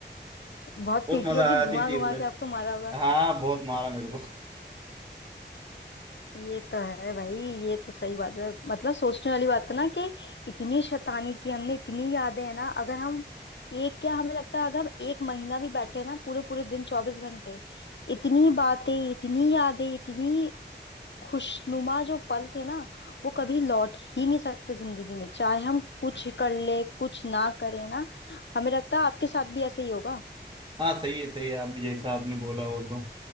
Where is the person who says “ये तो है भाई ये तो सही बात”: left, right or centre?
Left